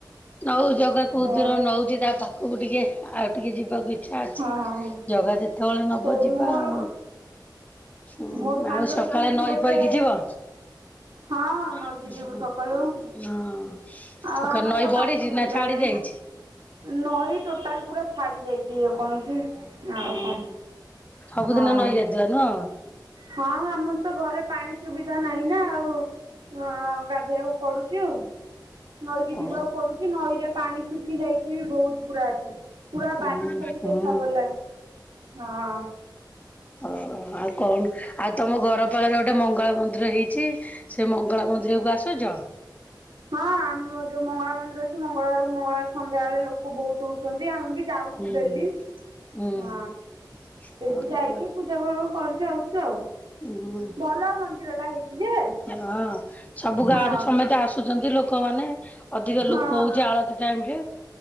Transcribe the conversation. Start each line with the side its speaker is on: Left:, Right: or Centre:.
Left: ନଉ ଜଗା କୋଉ
Right: ହଁ
Left: ଦିନ ନଉଛି ତା ପା ଖକୁ ଟିକେ ଆଉ ଟିକେ ଯିବାକୁ ଇଚ୍ଛା ଅଛି।
Right: ହଁ ହଁ।
Left: ଜଗା ଯେତ କେତେବଳେ ନବ
Right: ସେଇ
Left: ଯିବା
Right: ମୋର
Left: ଆଉ। ହୁଁ
Right: ମୋ ସାଙ୍ଗର
Left: ଆଉ ସକାଳେ
Right: ସେମିତି
Left: ନଈ
Right: ଗୋଟେ
Left: ପଇକି ଯିବ?
Right: ହଁ
Left: ହଁ
Right: ନଈକି ଯିବୁ ସକାଳୁ ଆଉ
Left: ସକାଳେ
Right: ଆମର
Left: ନଈ
Right: ତ
Left: ବଢିଚି
Right: ପାଣି ସୁବିଧା
Left: ନା ଛାଡି
Right: ନାହିଁ।
Left: ଯାଇଛି?
Right: ନଈ ଟୋଟାଲ ପୁରା ଛାଡ଼ି ଯାଇଚି ଯେକୌଣସି ଆଉ
Left: ଓ
Right: କଣ
Left: ସବୁଦିନ
Right: ହଁ
Left: ନଈ ଗାଧୁଆ ନୁହଁ?
Right: ହଁ ଆମର ତ ଘରେ ପାଣି ସୁବିଧା ନାହିଁ ନା ଆଉ ହଁ ଗାଧେଇବାକୁ ପଡୁଚି ଆଉ। ନଈକି
Left: ଓ
Right: ଯିବାକୁ ପଡୁଚି ନଈରେ ପାଣି ଶୁଖି ଯାଇଚି ବୋହୁତ ପୁରା ଏଥର ପୁରା
Left: ହୁଁ
Right: ବାଲି ଫାଲି
Left: ହୁଁ।
Right: ଦେଖାଗଲା ହଁ।
Left: ଓହୋ ଆଉ କଣ ଆଉ ତମ ଘର ପାଖରେ ଗୋଟେ ମଙ୍ଗଳା ମନ୍ଦିର ହେଇଚି ସେଇ ମଙ୍ଗଳା ମନ୍ଦିରକୁ ଆସୁଚ?
Right: ହଁ ଆମ ଯୋଉ ମଙ୍ଗଳା ମନ୍ଦିର ଅଛି ମଙ୍ଗଳବାରକୁ ମଙ୍ଗଳବାର ସନ୍ଧ୍ୟାବେଳେ ଲୋକ ବୋହୁତ ହୋଉଚନ୍ତି ଆମେ ବି ଯାଉଛୁ
Left: ହୁଁ।
Right: ଡେଲି।
Left: ହୁଁ
Right: ହଁ ସେଠି
Left: ଆଉ
Right: ଯାଇକି ପୂଜା ପାର୍ବ କରିକି ଆଉଚୁ ଆଉ।
Left: ଉଁହଁ।
Right: ଭଲ ମନ୍ଦିରଟା ହେଇଚି ଯେ
Left: ହଁ ସବୁ ଗାଁରୁ
Right: ହଁ
Left: ସମେତେ ଆସୁଚନ୍ତି ଲୋ ଲୋକମାନେ ଅଧିକ
Right: ହଁ
Left: ଲୋକ ହୋଉଚି ଆଳତୀ ଟାଇମରେ